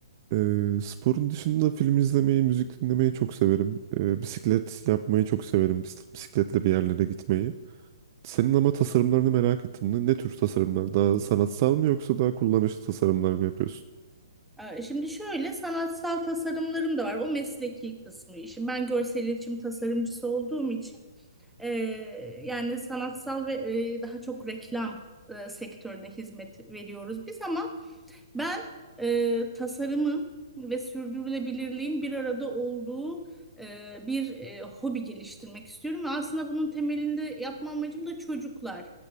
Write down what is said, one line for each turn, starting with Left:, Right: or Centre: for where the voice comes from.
Right: Ee, sporun dışında film izlemeyi, müzik dinlemeyi çok severim. Ee, bisiklet yapmayı çok severim. Bis- Bisikletle bir yerlere gitmeyi. Senin ama tasarımlarını merak ettim. Ne, ne tür tasarımlar? Daha sanatsal mı yoksa daha kullanışlı tasarımlar mı yapıyorsun?
Centre: Ee, Şimdi şöyle sanatsal tasarımlarım da var. O mesleki kısmı işim. Ben görsel iletişim tasarımcısı olduğum için E, yani sanatsal ve e, daha çok reklam e, sektörüne hizmet veriyoruz biz ama ben e, tasarımın ve sürdürülebilirliğin bir arada olduğu e, bir e, hobi geliştirmek istiyorum. Ve aslında bunun temelinde yapma amacım da çocuklar.